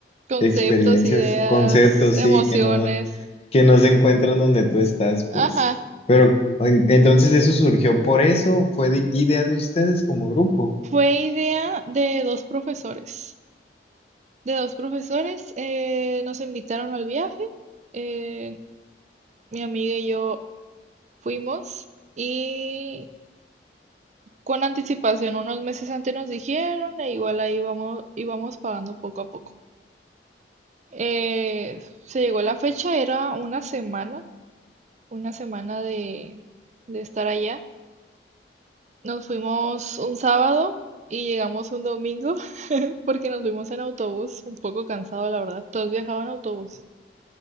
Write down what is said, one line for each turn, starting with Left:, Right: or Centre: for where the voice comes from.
Right: conceptos,
Left: experiencias,
Right: ideas,
Left: conceptos,
Right: emociones.
Left: sí, que no, que no se encuentran donde tú estás, pues.
Right: Ajá.
Left: Pero en- entonces eso surgió por eso, fue de- idea de ustedes como grupo.
Right: Fue idea de dos profesores. De dos profesores eh, nos invitaron al viaje. eh, mi amiga y yo fuimos y con anticipación, unos meses antes nos dijeron e igual ahí vamos, íbamos pagando poco a poco. Eh, se llegó la fecha, era una semana, una semana de, de estar allá. Nos fuimos un sábado y llegamos un domingo <laughs> porque nos fuimos en autobús, un poco cansado, la verdad. Todos viajaban en autobús.